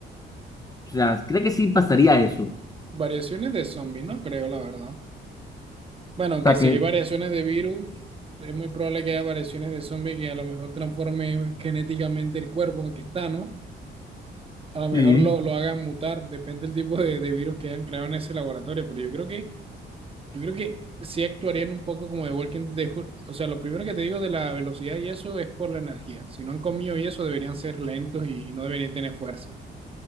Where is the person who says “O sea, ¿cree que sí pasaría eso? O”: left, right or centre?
Left